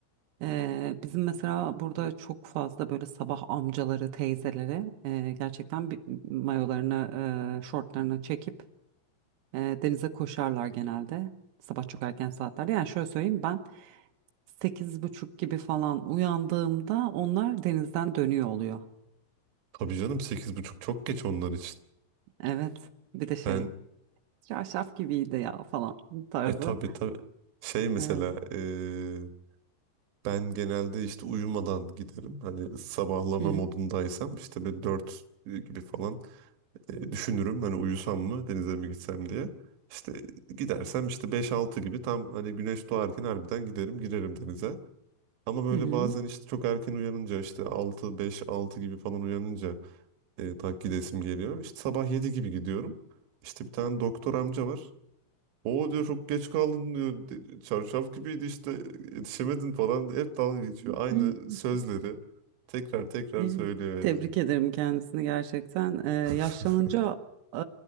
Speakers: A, on the right; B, on the right.
A: Ee, bizim mesela burada çok fazla böyle sabah amcaları, teyzeleri e, gerçekten bir mayolarını, e, şortlarını çekip e, denize koşarlar genelde. Sabah çok erken saatlerde. Yani şöyle söyleyeyim ben Sekiz buçuk gibi falan uyandığımda onlar denizden dönüyor oluyor.
B: Tabii canım sekiz buçuk çok geç onlar için.
A: Evet. Bir de şey
B: Ben
A: çarşaf gibiydi ya falan tarzı.
B: E tabii tabii. Şey mesela
A: Evet.
B: e, ben genelde işte uyumadan giderim. Hani sabahlama
A: Hı hı.
B: modundaysam işte bir 4 gibi falan e, düşünürüm. Hani uyusam mı denize mi gitsem diye. İşte gidersem işte beş altı gibi tam hani güneş doğarken harbiden giderim girerim denize. Ama böyle
A: Hı hı.
B: bazen işte çok erken uyanınca işte altı 5 6 gibi falan uyanınca e, daha gidesim geliyor. İşte sabah 7 gibi gidiyorum. İşte bir tane doktor amca var. O diyor çok geç kaldın diyor. "De- Çarşaf gibiydi işte yetişemedin falan. Hep dalga geçiyor.
A: <laughs>
B: Aynı sözleri tekrar tekrar
A: Hı hı.
B: söylüyor
A: Tebrik
B: yani.
A: ederim kendisini gerçekten. Ee, yaşlanınca
B: <laughs>
A: e,